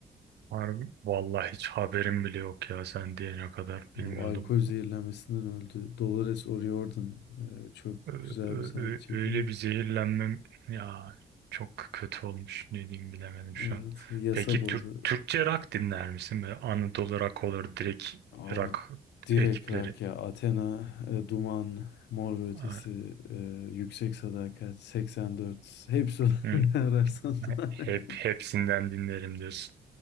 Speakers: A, on the right (about 75°); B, on the left (about 85°).
A: Harbi. Vallahi hiç haberim bile yok ya sen diyene kadar bilmiyordum.
B: O alkol zehirlenmesinden öldü. Dolores O'Riordan e, çok
A: Ö-
B: güzel
A: ö-
B: bir sanatçıydı.
A: ö- Öyle bir zehirlenmem ya çok kötü olmuş ne diyeyim bilemedim şu
B: Evet,
A: an.
B: yasa
A: Peki
B: boğdu
A: Türk Türkçe rock dinler misin? Böyle Anadolu rock olur direkt
B: Abi
A: rock
B: direkt
A: ekipleri.
B: rak ya. Athena, e, Duman, Mor ve Ötesi,
A: Ha,
B: e, Yüksek Sadakat, 84. Hepsi var.
A: hı.
B: <laughs> ne ararsan var.
A: Hep hepsinden
B: <laughs>
A: dinlerim diyorsun.